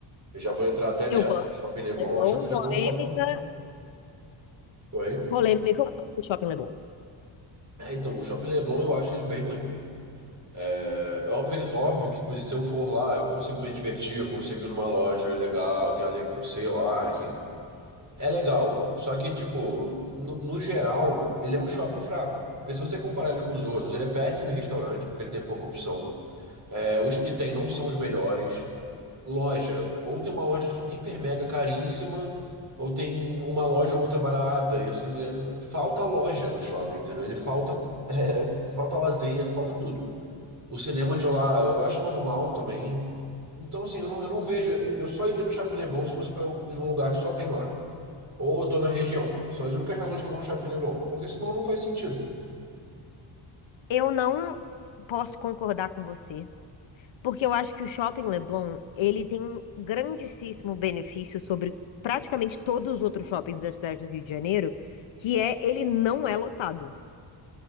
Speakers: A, on the right (about 35°); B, on the left (about 65°).
A: Eu já vou entrar até nessa.
B: Eu gosto
A: Shopping Leblon,
B: do Leblon,
A: a Shopping Leblon,
B: polêmica.
A: é um shopping. Oi?
B: Polêmica, eu gosto do Shopping Leblon.
A: É, então, o Shopping Leblon eu acho ele bem ruim. É é óbvio, que- óbvio que, tipo assim, se eu for lá, eu consigo me divertir, eu consigo ir numa loja legal, tem a Le Creuset lá, enfim. É legal, só que, tipo, no, no geral, ele é um shopping fraco. Porque se você comparar ele com os outros, ele é péssimo em restaurante, porque ele tem pouca opção. É, os que tem não são os melhores. Loja, ou tem uma loja hiper mega caríssima, ou tem uma loja ou outra barata. E assim, é- falta loja no shopping, entendeu? Ele falta, <laughs> é, falta lazer, falta tudo. O cinema de lá, eu acho normal também. Então, assim, eu não, eu não vejo. Eu só iria no Shopping Leblon se fosse pra um, em um lugar que só tem lá. Ou eu tô na região. São as únicas razões que eu vou no Shopping Leblon. Porque senão não faz sentido.
B: Eu não posso concordar com você, Porque eu acho que o Shopping Leblon, ele tem um grandíssimo benefício sobre praticamente todos os outros shoppings da cidade do Rio de Janeiro, que é ele não é lotado.